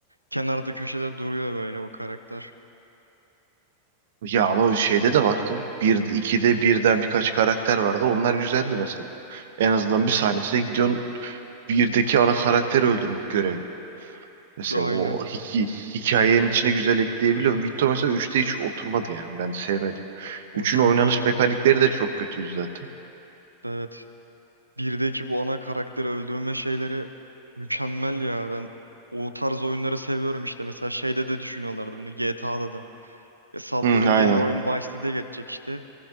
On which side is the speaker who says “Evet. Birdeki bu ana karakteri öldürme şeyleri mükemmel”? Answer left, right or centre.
Right